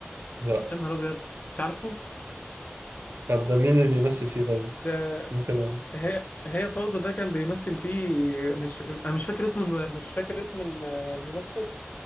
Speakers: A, on the right; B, on the left.
A: لا
B: يا نهار ابيض مش عارفه
A: طب ده مين اللي بيمثل فيه طيب
B: ده
A: ممكن
B: هي هي فوضى ده كان بيمثل فيه مش انا مش فاكر اسم الم- مش فاكر اسم ال- الممثل